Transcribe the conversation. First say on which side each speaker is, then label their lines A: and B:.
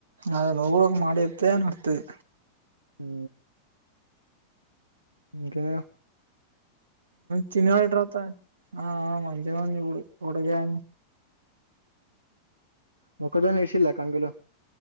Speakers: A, on the right (about 70°); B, on the right (about 85°).
A: అద నువ్వు కూడా ఒక మాట చెప్తే నడుతది
B: హూ ఇంకా
A: చినివా రాతా మంచిగా ఇ ఎడ గ అ
B: మొక్కజొన్న ఏసిండ్రా కంకిలో